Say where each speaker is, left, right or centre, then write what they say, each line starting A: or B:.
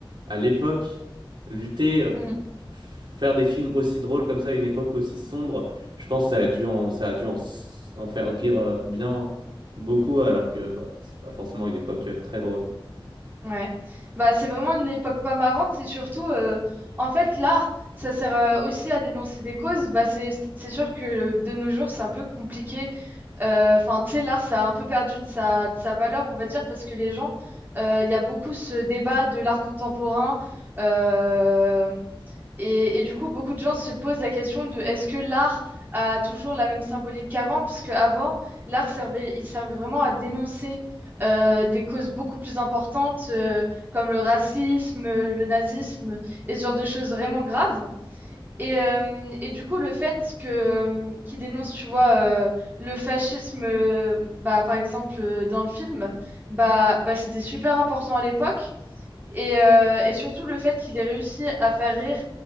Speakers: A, on the right; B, on the right.
A: à l'époque, lutter, euh,
B: Mm.
A: faire des films aussi drôles comme ça à une époque aussi sombre, je pense que ça a dû en, ça a dû en, s- en faire rire euh, bien beaucoup alors que bah, c'est pas forcément une époque euh, très drôle.
B: ouais bah c'est vraiment une époque pas marrante et surtout euh, en fait l'art ça sert euh, aussi à dénoncer des causes bah c'est c'est sûr que euh, de nos jours c'est un peu compliqué Euh, Enfin, tu sais, l'art, ça a un peu perdu de sa, de sa valeur, on va dire, parce que les gens, euh, il y a beaucoup ce débat de l'art contemporain. euh, Et, et du coup, beaucoup de gens se posent la question de est-ce que l'art a toujours la même symbolique qu'avant? Parce avant, l'art servait, il servait vraiment à dénoncer euh, des causes beaucoup plus importantes euh, comme le racisme, euh, le nazisme et ce genre de choses vraiment graves. Et, euh, et du coup, le fait que euh, qu'il dénonce, tu vois, euh, le fascisme, euh, bah, par exemple, euh, dans le film, bah, bah, c'était super important à l'époque. Et, euh, et surtout le fait qu'il ait réussi à faire rire